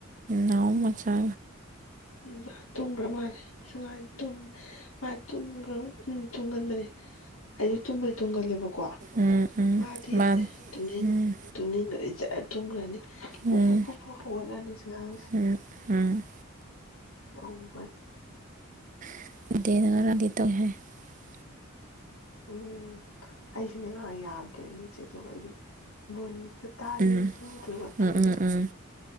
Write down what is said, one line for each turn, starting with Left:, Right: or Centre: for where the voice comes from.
Right: ꯅꯥꯎ ꯃꯆꯥ
Left: ꯎꯝ ꯇꯨꯝꯈꯔ꯭ ꯃꯥꯜꯂꯦ ꯁꯤ ꯑꯉꯥꯡꯁꯦ <unintelligible> ꯇꯨꯝ ꯃꯥ ꯇꯨꯝꯈꯔ꯭ ꯕ ꯎꯝ ꯇꯨꯝꯒꯟꯕꯅꯦ ꯑꯩꯁꯨ ꯇꯨꯝꯕꯩ ꯇꯨꯝꯒꯜꯂꯦꯕꯀꯣ
Right: ꯎꯝ ꯎꯝ
Left: ꯃꯥꯗꯤ
Right: ꯃꯥꯅꯤ
Left: ꯇꯨꯡꯅꯤꯡ
Right: ꯎꯝ
Left: ꯇꯨꯝꯅꯤꯡꯈꯔ꯭ ꯗꯤ ꯖꯔ ꯇꯨꯝꯈꯔ꯭ ꯅꯤ ꯄꯨꯛ
Right: ꯎꯝ
Left: ꯐꯨꯛ ꯄꯨꯨꯛ ꯐꯨꯛ ꯍꯧꯒꯠꯂꯅꯤ ꯁꯉꯥꯡꯁꯦ
Right: ꯎꯝ ꯎꯝ
Left: ꯇꯧꯕꯅꯤ
Right: <unintelligible>
Left: ꯎꯝ ꯑꯩꯁꯨꯅꯦ ꯑꯉꯥꯡ ꯌꯥꯗ꯭ꯔꯦ ꯏꯆꯦ <unintelligible> ꯑꯩꯗꯤ ꯑꯩꯁꯨ ꯇꯥꯔꯦ
Right: ꯎꯝ
Left: ꯑꯩꯁꯨ ꯆꯨꯝꯕ ꯇꯨꯝꯃꯦ
Right: ꯎꯝ ꯎꯝ ꯎꯝ